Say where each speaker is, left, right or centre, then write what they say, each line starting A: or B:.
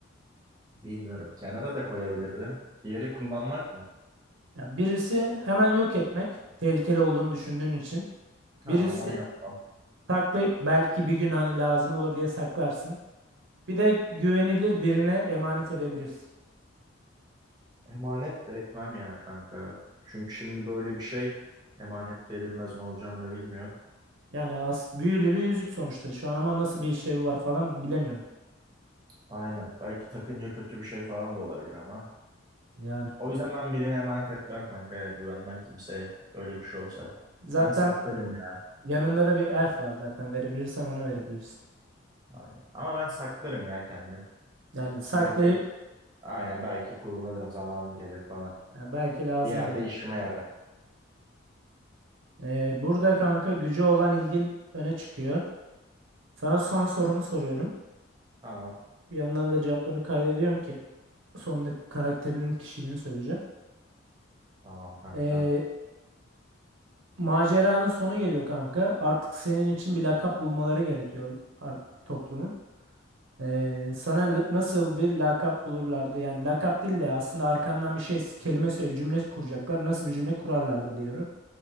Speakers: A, on the right (about 20°); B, on the right (about 70°).
A: Bilmiyorum. Kenara da koyabilirdim. Diğeri kullanmak mı?
B: Ya birisi hemen yok etmek tehlikeli olduğunu düşündüğün için.
A: Tamam
B: Birisi
A: onu yapmam.
B: saklayıp belki bir gün hani lazım olur diye saklarsın. Bir de güvenilir birine emanet edebilirsin.
A: Emanet de etmem ya kanka. Çünkü şimdi böyle bir şey emanet de edilmez ne olacağını da bilmiyor.
B: Yani as büyülü bir yüzük sonuçta. Şu an ama nasıl bir işlevi var falan bilemiyorum.
A: Aynen. Belki takınca kötü bir şey falan da olabilir ama.
B: Yani.
A: O yüzden ben birine emanet etmem kanka ya. Güvenmem kimseye. Öyle bir şey olsa.
B: Zaten
A: Ben saklarım ya.
B: Yanında da bir elf var zaten. Verebilirsen ona verebilirsin.
A: Aynen. Ama ben saklarım ya kendim.
B: Yani saklayıp
A: Belki aynen belki kullanırım zamanı gelir falan.
B: yani belki lazım
A: Bir yerde
B: olur.
A: işime yarar.
B: Ee, burada kanka gücü olan ilgin öne çıkıyor. Sana son sorumu soruyorum.
A: Tamam.
B: Bir yandan da cevaplarını kaydediyorum ki sonunda karakterinin kişiliğini söyleyeceğim.
A: Tamam kanka.
B: Ee, maceranın sonu geliyor kanka. Artık senin için bir lakap bulmaları gerekiyor ar- toplumun. Ee, sana l- nasıl bir lakap bulurlardı? Yani lakap değil de aslında arkandan bir şey kelime söyle cümle kuracaklar. Nasıl bir cümle kurarlardı diyorum.